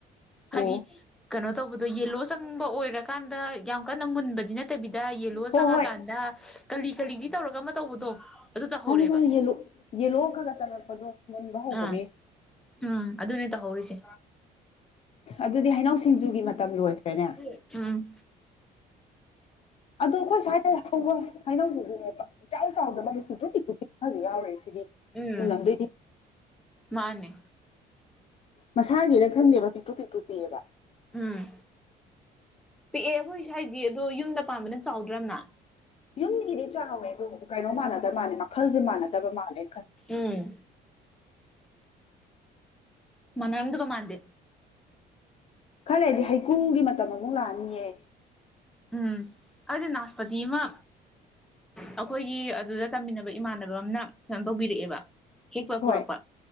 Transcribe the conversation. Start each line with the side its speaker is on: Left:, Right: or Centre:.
Left: ꯑꯣ
Centre: ꯍꯥꯏꯗꯤ ꯀꯩꯅꯣ ꯇꯧꯕꯗꯣ ꯌꯦꯂꯣ ꯆꯪꯕ ꯑꯣꯏꯔꯀꯥꯟꯗ ꯌꯥꯝ ꯀꯟꯅ ꯃꯨꯟꯕ ꯗꯤ ꯅꯠꯇꯕꯤꯗ ꯌꯦꯜꯂꯣ
Left: ꯍꯣꯏ
Centre: ꯆꯪꯉꯀꯥꯟꯗ
Left: ꯍꯣꯏ
Centre: ꯀꯂꯤ ꯀꯂꯤꯗꯤ ꯇꯧꯔꯒ ꯑꯃ ꯇꯧꯕꯗꯣ ꯑꯗꯨ ꯇꯧꯍꯧꯔꯦꯕ
Left: ꯈꯪꯉꯤ ꯈꯪꯉꯤ ꯌꯦꯂꯣ ꯌꯦꯂꯣ ꯈ ꯈꯒ ꯆꯪꯉꯛꯄꯗꯣ ꯃꯨꯟꯕ ꯍꯧꯕꯒꯤ
Centre: ꯑꯥ ꯎꯝ ꯑꯗꯨꯅꯦ ꯇꯧꯍꯧꯔꯤꯁꯦ
Left: ꯑꯗꯨꯗꯤ ꯍꯩꯅꯧ ꯁꯤꯡꯖꯨꯒꯤ ꯃꯇꯝ ꯂꯣꯏꯈ꯭ꯔꯦꯅꯦ
Centre: ꯎꯝ
Left: ꯑꯗꯣ ꯑꯩꯈꯣꯏ ꯁ꯭ꯋꯥꯏꯗ ꯍꯧꯕ ꯍꯩꯅꯧꯁꯤꯗꯤꯅꯦ ꯏꯆꯥꯎ ꯆꯥꯎꯗꯕ ꯄꯤꯛꯇ꯭ꯔꯨ ꯄꯤꯛꯇ꯭ꯔꯨ ꯄꯤꯛꯄꯁꯨ ꯌꯥꯥꯎꯔꯤꯌꯦ ꯁꯤꯗꯤ
Centre: ꯎꯝ
Left: ꯃꯨꯜꯂꯝꯗꯣꯏꯗꯤ
Centre: ꯃꯥꯅꯦ
Left: ꯃꯁꯥꯒꯤꯔ ꯈꯪꯗꯦꯕ ꯄꯤꯛꯇ꯭ꯔꯨ ꯄꯤꯛꯇ꯭ꯔꯨ ꯄꯤꯛꯑꯦꯕ
Centre: ꯎꯝ ꯄꯤꯛꯑꯦ ꯑꯩꯈꯣꯏ ꯁ꯭ꯋꯥꯏꯗꯤ ꯑꯗꯣ ꯌꯨꯝꯗ ꯄꯥꯟꯕꯅ ꯆꯥꯎꯗ꯭ꯔ ꯌꯥꯝꯅ
Left: ꯌꯨꯝꯒꯤꯗꯤ ꯆꯥꯎꯋꯦ ꯀꯩꯅꯣ ꯃꯥꯟꯅꯗ ꯃꯥꯜꯂꯦ ꯃꯈꯜꯖꯦ ꯃꯥꯟꯅꯗꯕ ꯃꯥꯜꯂꯦ
Centre: ꯎꯝ ꯃꯅꯔꯝꯗꯧꯕ ꯃꯥꯟꯗꯦ
Left: ꯈꯔ ꯂꯩꯔꯗꯤ ꯍꯩꯀ꯭ꯔꯨꯒꯤ ꯃꯇꯝ ꯑꯃꯨꯛ ꯂꯥꯛꯑꯅꯤꯌꯦ
Centre: ꯎꯝ ꯑꯩꯗꯤ ꯅꯥꯁꯄꯇꯤ ꯑꯃ ꯑꯩꯈꯣꯏꯒꯤ ꯑꯗꯨꯗ ꯇꯝꯃꯤꯟꯅꯕ ꯏꯃꯥꯟꯅꯕꯝꯅ ꯀꯩꯅꯣ ꯇꯧꯕꯤꯔꯛꯑꯦꯕ ꯍꯦꯛꯄꯒ
Left: ꯍꯣꯏ
Centre: ꯄꯨꯔꯛꯄ